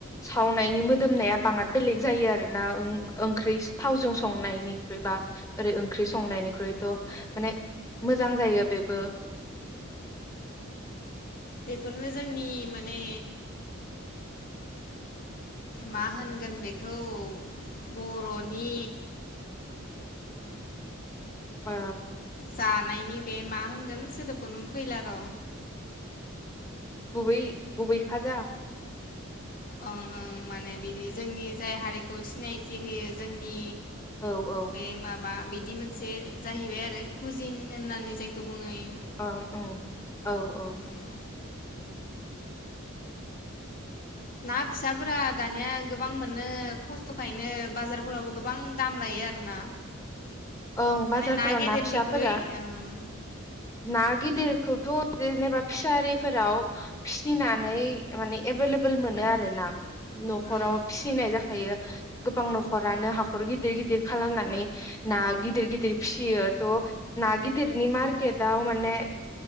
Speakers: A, on the left (about 15°); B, on the left (about 45°).
A: सावनायनि मोदोमनाया बाङाद बेलेग जायो आरो ना ओं-ओंख्रिस थावजों संनायनिख्रुइ बा ओरै ओंख्रि संनायनिख्रुइथ' माने मोजां जायो बेबो
B: बेफोरनो जोंनि माने मा होनगोन बेखौ बर'नि
A: ओ
B: जानायनि बे मा होनगोन सोदोबखौनो फैला र'
A: गुबै गुबै खाजा
B: ओं ओं माने बिदि जोंनि जाय हारिखौ सिनायथि होयो जोंनि
A: औ औ
B: बे माबा बिदि मोनसे जाहैबाय आरो कुजिन होननानै जायखौ बुंयै
A: औ औ औ औ।
B: उम ना फिसाफोरा दानिया गोबां मोनो खस्थ'खायनो बाजारफोरावबो गोबां दाम लायो आरोना।
A: ओं बाजारफोराव
B: माने गेदेरनिख्रुइ
A: ना फिसाफोरा
B: ओं
A: ना गिदिरखौथ' जेनेबा फिसारिफोराव फिसिनानै माने एभेलेबल मोनो आरोना। न'खराव
B: ओं
A: फिसिनाय जाखायो। गोबां न'खरानो हाखर गिदिर गिदिर खालामनानै ना गिदिर गिदिर फिसियो त' ना गिदिरनि मारकेताव माने